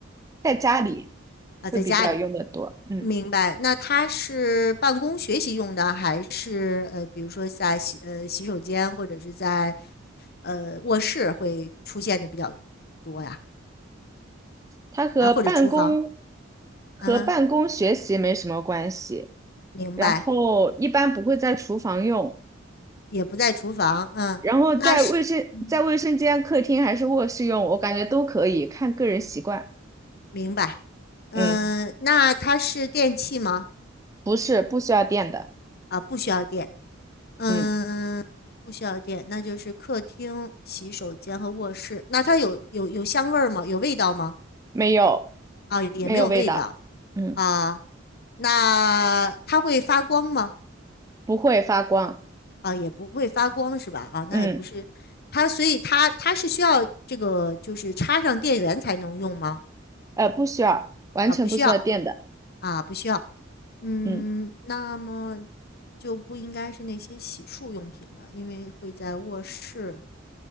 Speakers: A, on the right; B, on the left.
A: 在家里
B: 啊，
A: 会比较用的多。
B: 在家里，
A: 嗯，
B: 明白。那它是办公学习用的，还是呃，比如说在洗呃洗手间或者是在呃卧室会出现的比较多呀？
A: 它和办公
B: 啊，或者厨房？
A: 和办公学习没什么关系，
B: 嗯哼，明白。
A: 然后一般不会在厨房用。
B: 也不在厨房，嗯，
A: 然后在卫生在卫生间、
B: 那是，嗯，
A: 客厅还是卧室用，我感觉都可以，看个人习惯。
B: 明白。嗯，
A: 嗯，
B: 那它是电器吗？
A: 不是不需要电的，
B: 啊，不需要电。嗯，
A: 嗯，
B: 不需要电，那就是客厅、洗手间和卧室。那它有有有香味儿吗？有味道吗？
A: 没有
B: 啊，也没有味道
A: 没有味道，嗯，
B: 啊。那它会发光吗？
A: 不会发光，
B: 啊，也不会发光是吧？啊，
A: 嗯，
B: 那也不是它，所以它它是需要这个就是插上电源才能用吗？
A: 呃，不需要，完全不需要电的，
B: 啊，不需要啊，不需要。嗯，
A: 嗯
B: 那么就不应该是那些洗漱用品了，因为会在卧室、